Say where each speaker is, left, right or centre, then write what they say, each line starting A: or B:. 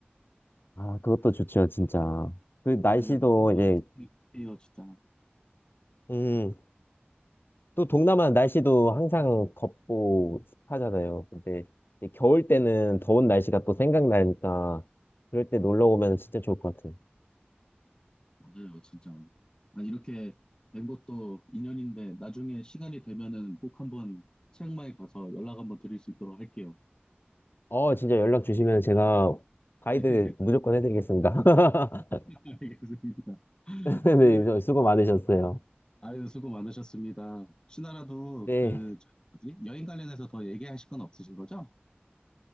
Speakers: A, on the left; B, on the left.
A: 아, 그것도 좋죠, 진짜. 그 날씨도
B: 저는 진짜
A: 이제,
B: 동료예요, 진짜.
A: 음. 또 동남아 날씨도 항상 덥고 습하잖아요. 근데 이제 겨울 때는 더운 날씨가 또 생각나니까 그럴 때 놀러 오면 진짜 좋을 것 같아요.
B: 맞아요, 진짜. 아, 이렇게 된 것도 인연인데 나중에 시간이 되면은 꼭 한번 치앙마이 가서 연락 한번 드릴 수 있도록 할게요.
A: 어, 진짜 연락 주시면 제가 가이드
B: <laughs>
A: 무조건 해드리겠습니다. <laughs>
B: 네, 알겠습니다.
A: 네,
B: 그,
A: 수고 많으셨어요.
B: 아유, 수고 많으셨습니다. 신하라도
A: 네.
B: 그, 저 뭐지? 여행 관련해서 더 얘기하실 건 없으신 거죠?